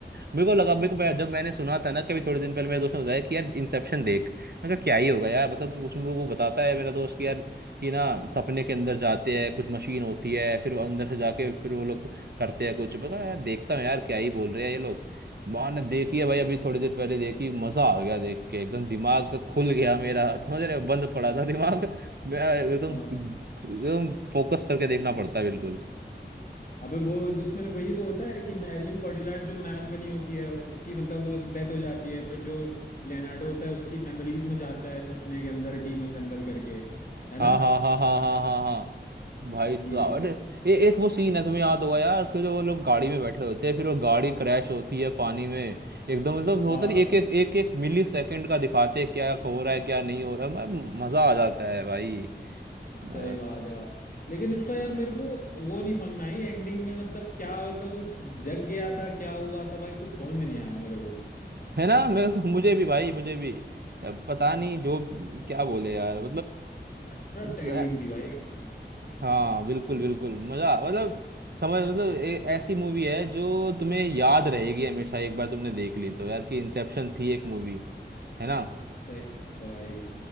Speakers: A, on the right; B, on the left.
A: मेरे को लगा मेरे को मैं- जब मैंने सुना था ना कभी थोड़े दिन पहले मेरे दोस्त ने बताया कि यार इंसेप्शन देख मैं कहा क्या ही होगा यार मतलब कि उसमें वो बताता है मेरा दोस्त कि यार कि ना सपने के अंदर जाते हैं कुछ मशीन होती है फिर वो अंदर से जाके फिर वो लोग करते हैं कुछ मैं कहा यार देखता हूँ यार क्या ही बोल रहे हैं ये लोग मैंने देखी है भाई अभी थोड़ी देर पहले देखी मजा आ गया देख के एकदम दिमाग खुल गया मेरा समझ रहे हो? बंद पड़ा था दिमाग मैं एकदम
B: हाँ
A: एकदम फोकस करके देखना पड़ता है बिल्कुल
B: अबे वो इसमें वही तो होता है कि मैरियन कॉटिलार्ड जो मैल बनी होती है उसकी मतलब वो डेथ हो जाती है फिर जो लियोनार्डो होता है उसकी मेमोरीज में जाता है सपने के अंदर टीम असेंबल करके है
A: हाँ
B: ना
A: हाँ हाँ हाँ हाँ हाँ हाँ भाई
B: भाई
A: साहब अरे
B: क-
A: ए, एक वो सीन है तुम्हें याद होगा यार कि जो वो लोग गाड़ी में बैठे होते हैं फिर वो गाड़ी क्रैश होती है पानी में एकदम मतलब होता
B: हाँ
A: नहीं एक एक एक एक मिली सेकंड का दिखाते हैं क्या हो रहा है क्या नहीं हो रहा है मैं- मजा आ जाता है भाई अ,
B: सही बात है भाई लेकिन उसका यार मेरे को वो नहीं समझ में आई एंडिंग में मतलब क्या मतलब वो जग गया था क्या हुआ था भाई कुछ समझ में नहीं आया मेरे को
A: है ना मैं मुझे भी भाई मुझे भी अब पता नहीं जो क्या बोले यार
B: एब्रप्ट
A: मतलब
B: एंडिंग थी भाई एकदम
A: हाँ बिल्कुल बिल्कुल मजा मतलब समझ मतलब ए, ऐसी मूवी है जो तुम्हें याद रहेगी हमेशा एक बार तुमने देख ली तो यार कि इंसेप्शन थी एक मूवी है ना
B: सही बात है भाई